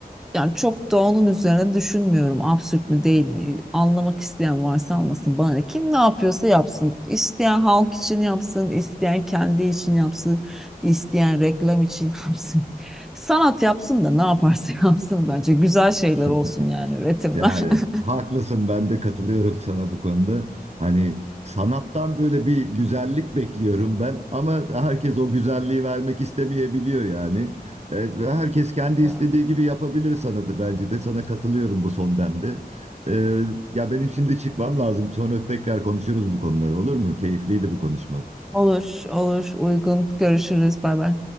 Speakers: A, in the centre; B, on the right.
A: e, yani çok da onun üzerine düşünmüyorum. Absürt mü değil mi? Anlamak isteyen varsa anlasın bana. ne? Kim ne yapıyorsa yapsın. İsteyen halk için yapsın, isteyen kendi için yapsın, isteyen reklam için <laughs> yapsın. Sanat yapsın da ne yaparsa <laughs> yapsın bence. Güzel şeyler
B: <laughs>
A: olsun yani üretimler.
B: Yani
A: <laughs>
B: haklısın ben de katılıyorum sana bu konuda. Hani sanattan böyle bir güzellik bekliyorum ben ama herkes o güzelliği vermek istemeyebiliyor yani. Evet, ve herkes kendi
A: Yani.
B: istediği gibi yapabilir sanatı bence de sana katılıyorum bu son demde. Ee, ya benim şimdi çıkmam lazım sonra tekrar konuşuruz bu konuları olur mu? Keyifliydi bu konuşma.
A: Olur, olur. Uygun. Görüşürüz. Bay bay.